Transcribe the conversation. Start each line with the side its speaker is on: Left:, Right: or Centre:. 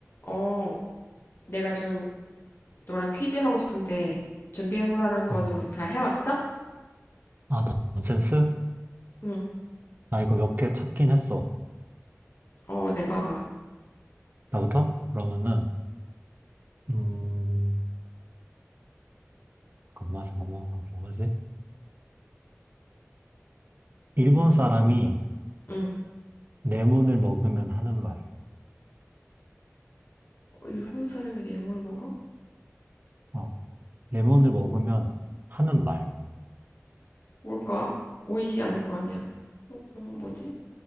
Left: 어, 내가 좀 너랑 퀴즈 하고 싶은데 준비해오라는 거로
Right: 어.
Left: 잘 해왔어?
Right: 아, 나- 넌센스?
Left: 응,
Right: 나 이거 몇 개 찾긴 했어.
Left: 어, 내봐봐.
Right: 나부터? 그러면은, 음, 잠깐만, 잠깐만, 아, 뭐하지? 일본
Left: 응
Right: 사람이
Left: 응
Right: 레몬을 먹으면 하는 말.
Left: 일본 사람이 래모를 먹어?
Right: 어, 레몬을 먹으면 하는 말.
Left: 뭘까? 오이시 아닐 거 아니야. 어, 어, 뭐지?